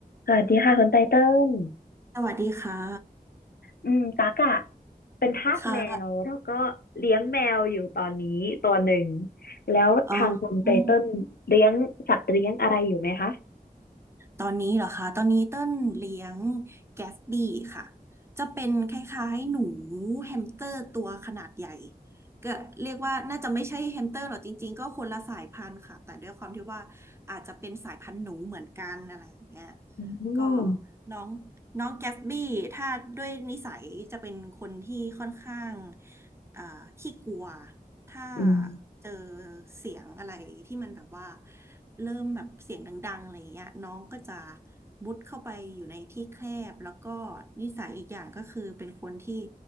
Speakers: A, on the left; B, on the right.
A: สวัสดีค่ะคุณไตเติ้ล
B: สวัสดีค่ะ
A: อืมตักอะเป็นทาสแมวแล้วก็เลี้ยงแมวอยู่ตอนนี้ตัวหนึ่ง
B: ค่ะ
A: แล้วทางคุณไตเติ้ลเลี้ยงสัตว์เลี้ยงอะไรอยู่ไหมคะ
B: เอ่ออืมตอนนี้เหรอคะตอนนี้เต้นเลี้ยงแกสบี้ค่ะ จะเป็นคล้ายๆหนูแฮมสเตอร์ตัวขนาดใหญ่ก็เรียกว่าน่าจะไม่ใช่แฮมสเตอร์หรอกจริงๆก็คนละสายพันธุ์ค่ะ แต่ด้วยความที่ว่าอาจจะเป็นสายพันธุ์หนูเหมือนกันอะไรอย่างเงี้ย
A: อ๋อ
B: ก็น้องน้องแกสบี้ถ้าด้วยนิสัยจะเป็นคนที่ค่อนข้างอ่าขี้กลัว ถ้า
A: อืม
B: เจอเสียงอะไรที่มันแบบว่าเริ่มแบบเสียงดังๆอะไรเงี้ยน้องก็จะมุดเข้าไปอยู่ในที่แคบแล้วก็นิสัยอีกอย่างก็คือเป็นคนที่